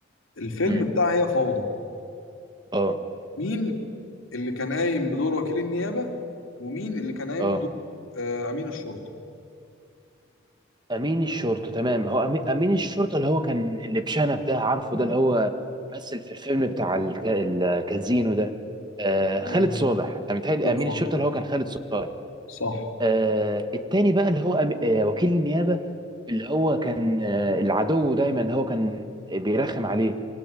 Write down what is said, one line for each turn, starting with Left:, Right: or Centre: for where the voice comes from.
Left: الفيلم
Right: مم.
Left: بتاع هي فوضى
Right: اه
Left: مين اللي كان قايم بدور وكيل النيابه ومين اللي كان قايم
Right: اه
Left: بدور آه امين الشرطه
Right: امين الشرطه تمام هو امين, أمين الشرطه اللي هو كان اللي بشنب ده عارفه ده اللي هو مثل في الفيلم بتاع الك... الكازينو ده آه...
Left: ايوه
Right: خالد صالح انا متهيألي
Left: خالد
Right: امين
Left: صالح
Right: الشرطه اللي هو كان خالد صالح
Left: صح
Right: آه التاني بقى اللي هو أم- آه وكيل النيابة اللي هو كان آه العدو دايما اللي هو كان بيرخم عليه